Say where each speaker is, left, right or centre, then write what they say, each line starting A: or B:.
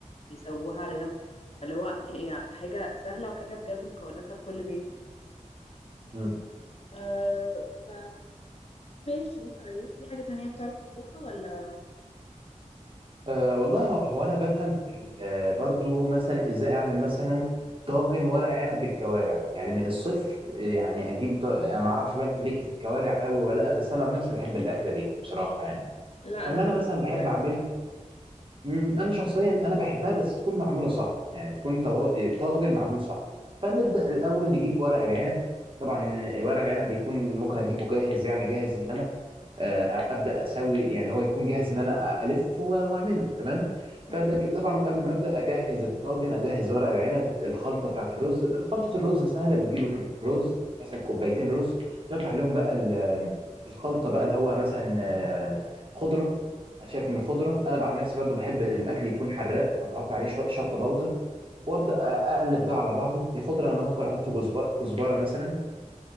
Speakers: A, on the left; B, on the right.
A: بيسووها على جنب اللي هو هي حاجة سهلة وحاجة بجد مكوناتها في كل بيت يعني
B: امم
A: أه ف ماشي طيب في حاجة تانية بتعرف تطبخها ولا
B: أه والله هو هو انا بفهم في ال- برضو مثلا ازاي اعمل مثلا طاجن ورق عنب بالكوارع يعني من الصفر يعني اجيب ط- انا ما اعرفش بقى انت ليكي في الكوارع قوي ولا لا بس انا عن نفسي بحب الاكله دي بصراحه يعني
A: لا
B: فاللي
A: أنا باكلش
B: انا مثلا بحب
A: فواتح
B: اعمله مم، انا شخصيا انا بحبها بس تكون معموله صح يعني تكون طوا- طاجن معمول صح فنبدا الاول نجيب ورق العنب طبعا ورق العنب بيكون ممكن اجيبه جاهز يعني جاهز ان انا آه، ابدا اسوي يعني هو يكون جاهز ان انا الف و- واعمله تمام
A: أمم.
B: فبجي طبعا قبل ما ابدا اجهز الطاجن اجهز ورق العنب الخلطه بتاعت الرز خلطه الرز سهله بتجيب الرز مثلا كوبايتين رز تقطع عليهم بقى ال- الخلطه بقى اللي هو مثلا آه، خضره انا شايف ان الخضره انا بقى عن نفسي برضو بحب الاكل يكون حراق فبحط عليه شويه شطه بودر وابدا اقلب ده على بعضه الخضره انا ممكن احط كزب- كزبره مثلا